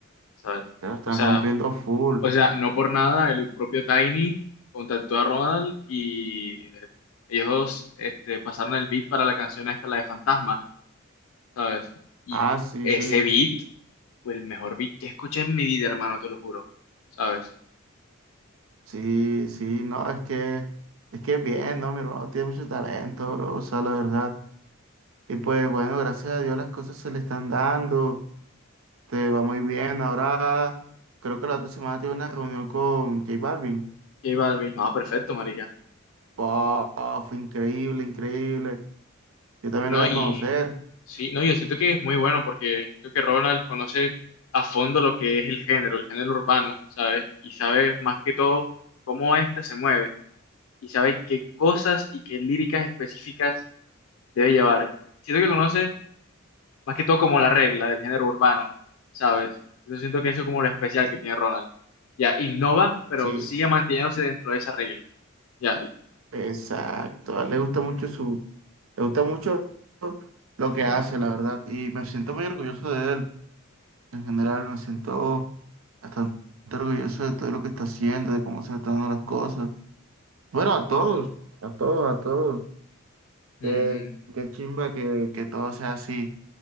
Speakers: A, on the left; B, on the right.
A: ¿sabes?
B: pero están
A: O sea,
B: rompiendo full.
A: o sea, no por nada el propio Tiny contactó a Ronald y eh, ellos dos este, pasaron el beat para la canción esta, la de Fantasma, ¿sabes? Y
B: Ah, sí,
A: ese
B: sí,
A: beat fue el mejor beat que escuché en mi vida, hermano, te lo juro, ¿sabes?
B: sí, sí, no, es que, es que bien, ¿no? Mi hermano tiene mucho talento, bro, o sea, la verdad. Y pues, bueno, gracias a Dios las cosas se le están dando, te va muy bien. Ahora, creo que la otra semana tiene una reunión con J Balvin.
A: J Balvin, no perfecto, marica.
B: Puf, increíble, increíble. Yo también
A: No,
B: lo voy
A: y
B: a conocer.
A: sí, no, yo siento que es muy bueno porque creo que Ronald conoce a fondo lo que es el género, el género urbano, ¿sabes? Y sabe más que todo cómo éste se mueve y sabe qué cosas y qué líricas específicas debe llevar. Siento que conoce más que todo como la regla del género urbano, ¿sabes? Yo siento que eso es como lo especial que tiene Ronald. Ya, innova, pero
B: Sí,
A: sigue
B: sí,
A: manteniéndose dentro de esa regla. Ya.
B: exacto. A él le gusta mucho su, le gusta mucho lo que hace, la verdad. Y me siento muy orgulloso de él. En general, me siento bastante orgulloso de todo lo que está haciendo, de cómo se le están dando las cosas. Bueno, a todos, a todos, a todos.
A: Mm,
B: Qué, qué chimba que, que todo sea así.